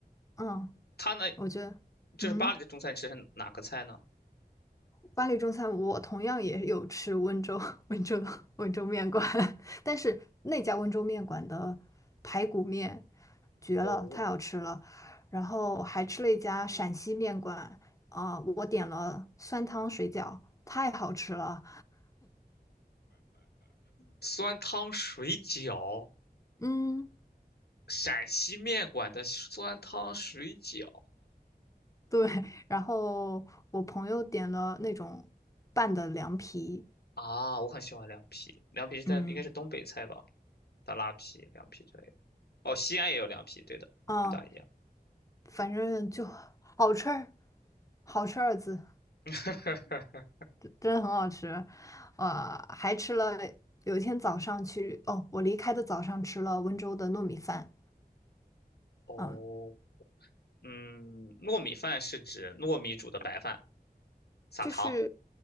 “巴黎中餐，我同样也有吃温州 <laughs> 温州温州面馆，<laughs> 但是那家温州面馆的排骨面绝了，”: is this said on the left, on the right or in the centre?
Left